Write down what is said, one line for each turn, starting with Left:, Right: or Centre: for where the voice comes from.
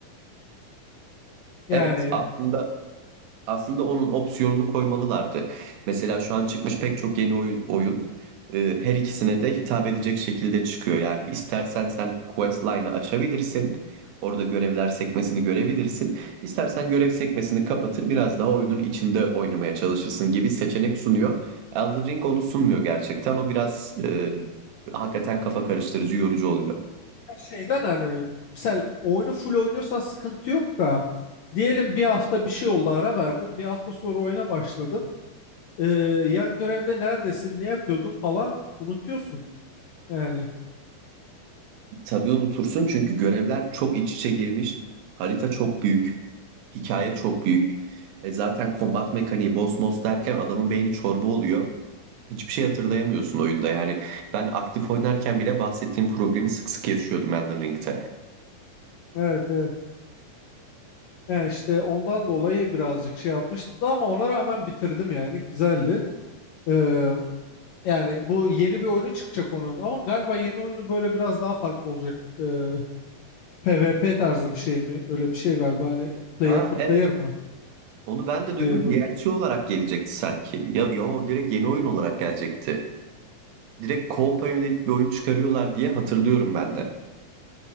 Left: yani
Right: Evet aslında aslında onun opsiyonunu koymalılardı. Mesela şu an çıkmış pek çok yeni oyun, oyun e, her ikisine de hitap edecek şekilde çıkıyor. Yani istersen sen quest line'ı açabilirsin. Orada görevler sekmesini görebilirsin. İstersen görev sekmesini kapatır biraz daha oyunun içinde oynamaya çalışırsın gibi seçenek sunuyor. Elden Ring onu sunmuyor gerçekten. O biraz e, hakikaten kafa karıştırıcı, yorucu oluyor.
Left: şeyden hani mesela oyunu full oynuyorsan sıkıntı yok da diyelim bir hafta bir şey oldu ara verdin. Bir hafta sonra oyuna başladın. Ee, yan görevde neredesin, ne yapıyordun falan unutuyorsun. Yani
Right: Tabii unutursun çünkü görevler çok iç içe girmiş. Harita çok büyük. Hikaye çok büyük. E zaten kombat mekaniği boss boss derken adamın beyni çorba oluyor. Hiçbir şey hatırlayamıyorsun oyunda yani. Ben aktif oynarken bile bahsettiğim problemi sık sık yaşıyordum Elden Ring'te.
Left: evet evet. Yani işte ondan dolayı birazcık şey yapmıştı ama ona rağmen bitirdim yani güzeldi. Ee, yani bu yeni bir oyunu çıkacak onun ama galiba yeni oyunu böyle biraz daha farklı olacak. Ee, PvP tarzı bir şey mi? Öyle bir şey galiba hani player
Right: Aa
Left: to
Right: evet
Left: player mı?
Right: onu ben de
Left: Player
Right: duydum.
Left: vs.
Right: DLC olarak gelecekti sanki. Ya yo direkt yeni oyun olarak gelecekti. Direkt co-op'a yönelik bir oyun çıkarıyorlar diye hatırlıyorum ben de.